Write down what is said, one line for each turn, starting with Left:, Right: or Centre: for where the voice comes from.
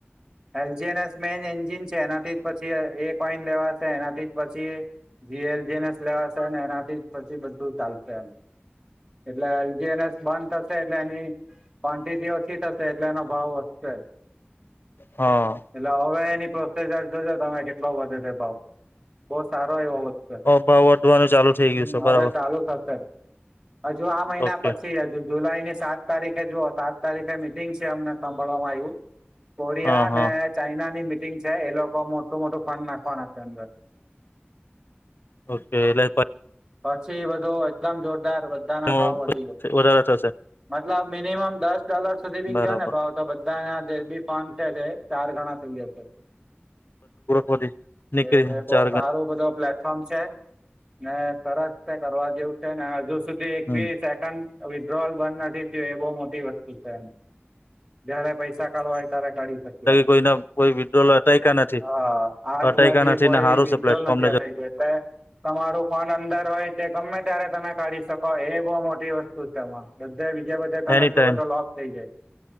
Right: એલજીનએસ મેન એન્જિન છે એનાથી જ પછી એક ઓઈન લેવાશે એનાથી જ પછી જી એલ જીનેશ લેવાશેને એનાથી પછી બધું ચાલશે એમ. એટલે એલજીનેસ બંધ થશે એટલે એની કોન્ટીટી ઓછી થશે એટલે એનો ભાવ વધશે.
Left: હા
Right: એટલે હવે એની પ્રો <unintelligible> જોજો તમે કેટલો વધે છે ભાવ બો સારો એવો હમ
Left: ભાવ વધવાનું ચાલુ થઈ ગયું છે
Right: હવે
Left: બરાબર
Right: ચાલુ થશે. હજુ આ મહિના
Left: ઓકે
Right: પછી હજુ જુલાઈ ની સાત તારીખ કે જુઓ સાત તારીખે મિટિંગ છે અમને સાંભળવામાં આવ્યું કોરિયા
Left: હા હા
Right: ને ચાઈનાની મિટ મિટિંગ છે એ લોકો મોટું મોટું ફંડ નાખવાના છે અંદર.
Left: ઓકે એટલે પા
Right: પછી બધો એકદમ જોરદાર બધાના
Left: પછી
Right: ભાવ વધી ગયો.
Left: વધારે થશે
Right: મતલબ મિનિમમ દસ ડોલર સુધી બી
Left: બરાબર
Right: ગયો ને ભાવ તો બધાને જે બી ફોન છે તે ચાર ગણા થઇ જશે.
Left: વધી નીકળી
Right: એ એ બો
Left: ચાર
Right: સારું
Left: ગણા
Right: બધા ફ્લેટ ફ્રોમ છે ને સરસ તે કરવા જેવું છે ને હજુ સુધી એક
Left: હમ
Right: બી સેકન્ડ વિડ્રોઅલ બંધ નથી થયું એ બહુ મોટી વસ્તુ છે એમ જયારે પૈસા કાઢવા હોય ત્યારે કાળી શક્યા
Left: કોઈના કોઈ વિડ્રોલ અટયકા નથી
Right: હા આ
Left: અટયકા
Right: રિયા
Left: નથી
Right: જોઈ
Left: ને સારું
Right: વિદ્રોવાલ
Left: છે પ્લેટફોર્મને
Right: ના કેસ એટલે તમારું ફોન અંદર હોય તે ગમે ત્યારે તમે કાઢી શકો એ બહુ મોટી વસ્તુ શું છે એમા બધે બીજે બધે તમે
Left: એની
Right: જુઓ
Left: ટાઈમ
Right: તો લોક થઈ જાય